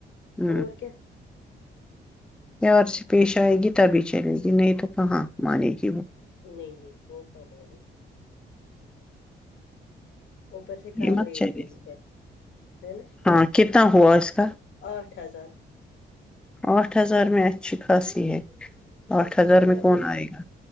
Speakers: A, in the centre; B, on the left.
A: ہ
B: اور کیا
A: اور سے پیش آئے گی تبھی چلے گی نہیں تو کہاں مانے گی وہ
B: نہیں نہیں وہ کام ہے ل گی ا پر سے کام
A: یہ مت
B: ریٹ
A: چاہیے
B: پہ بھی ہے ہے نا
A: ہاں کتنا ہوا اس کا
B: آٹھ ہزار
A: آٹھ ہزار میں اچچ خاصی ہے آٹھ ہزار
B: ہے
A: میں
B: نا
A: کون
B: وہ
A: آئے گا